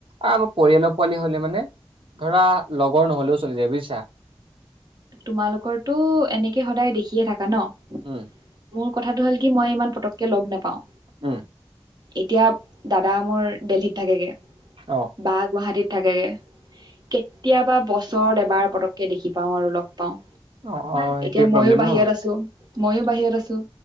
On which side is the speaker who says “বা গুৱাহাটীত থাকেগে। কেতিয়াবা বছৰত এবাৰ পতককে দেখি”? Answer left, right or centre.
Right